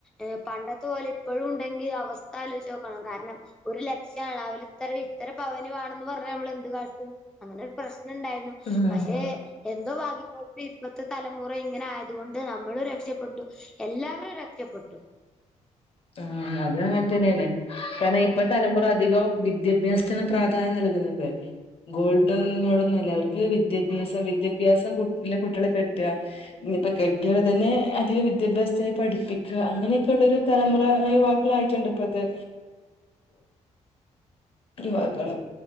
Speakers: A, in the centre; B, on the left.
A: ഏഹ് പണ്ടത്തെ പോലെ ഇപ്പോളുണ്ടെങ്കി അവസ് ത്ത ആലോയ്ച്ചോക്കണം കാരണം ഒരു ലക്ഷ്യാണ് അവല് ഇത്ര ഇത്രപവന് വാണെന്ന് പറഞ്ഞാ ഇമ്മളെന്ത് കാട്ടും അങ്ങനെ ഒരു പ്രശ്നണ്ടായിരുന്നു
B: ഉം
A: പക്ഷെ എന്തോ ഭാഗ്യങ്ങോണ്ട് ഇപ്പത്തെ തലമുറ ഇങ്ങ് ഇങ്ങനെ ആയത്കൊണ്ട് നമ്മളും രക്ഷപ്പെട്ടു എല്ലാവരും രക്ഷപ്പെട്ടു.
B: ആഹ് അത് അങ്ങൻതന്നെയാണ് കാരണം ഇപ്പൊ തലമുറ അധികം വിദ്യഭ്യാസത്തിന് പ്രാധാന്യം നൽകുന്നുണ്ട് ഗോൾഡനോടൊന്നു അല്ല അവർക്ക് വിദ്യഭ്യാസം വിദ്യഭ്യാസം കുട്ട് ഇള്ള കുട്ട്യേളെ കെട്ടാ ഇപ്പൊ കെട്ടിയാല് തന്നെ അധിക വിദ്യാഭ്യാസത്തിന് പഠിപ്പിക്കാ അങ്ങനെക്കെള്ളൊരു തലമുറ യുവാക്കളായിട്ടുണ്ട് ഇപ്പത്തെ <unintelligible> യുവാക്കള്